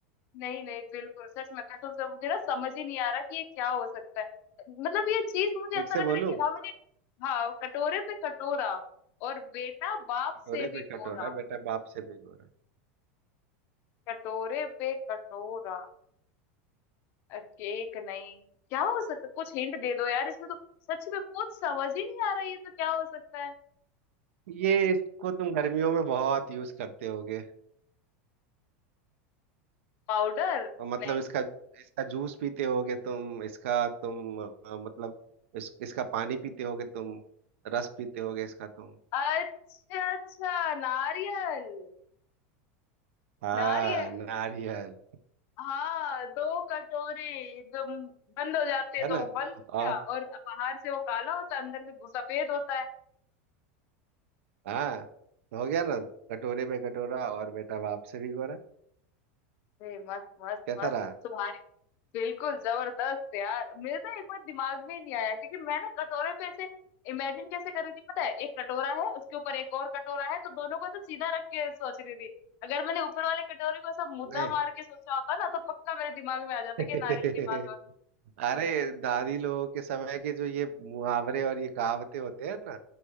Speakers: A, on the left; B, on the right.
A: नहीं नहीं बिल्कुल सच में कसम से मुझे ना समझ ही नहीं आ रहा कि ये क्या हो सकता है मतलब ये चीज मुझे ऐसा
B: एक से
A: लग
B: बोलूं
A: रहा है कि हाँ मैंने हाँ कटोरे पे कटोरा और बेटा बाप
B: कटोरे
A: से भी
B: पे
A: गोरा
B: कटोरा बेटा बाप से भिगोरा
A: कटोरे पे कटोरा अ, केक नहीं क्या हो सकता कुछ हिंट दे दो यार इसमें तो सच में कुछ समझ ही नहीं आ रहा है। ये तो क्या हो सकता है
B: ये इसको तुम गर्मियों में बहुत यूज करते होगे
A: पाउडर
B: और मतलब
A: नहीं
B: इसका इसका जूस पीते होगे तुम इसका तुम अ, मतलब इस, इसका पानी पीते होगे तुम रस पीते होगे इसका तुम
A: अच्छा अच्छा नारियल
B: हाँ
A: नारियल
B: नारियल
A: हाँ दो कटोरे जो म- बंद हो जाते हैं
B: है
A: तो
B: ना
A: वो बंद हो गया
B: और
A: और बाहर से वो काला होता है अंदर से वो सफेद होता है
B: हाँ तो हो गया ना कटोरे में कटोरा और बेटा बाप से भी गोरा
A: अरे मस्त मस्त
B: कैसा
A: मस्त
B: रहा
A: तुम्हारी बिल्कुल जबरदस्त यार मेरे तो एक बार दिमाग में ही नहीं आया क्योंकि मैं ना कटोरे पे ऐसे इमेजिन कैसे कर रही थी पता है एक कटोरा है उसके ऊपर एक और कटोरा है तो दोनों को ऐसे सीधा रख के सोच रही थी अगर मैंने ऊपर वाले कटोरे को ऐसा मुद्दा
B: नहीं
A: मार के सोचा होता ना तो पक्का मेरे दिमाग में आ जाता
B: <laughs>
A: कि नारियल की बात हो रही
B: अरे दादी लोगों के समय के जो ये मुहावरे और ये कहावतें होते हैं ना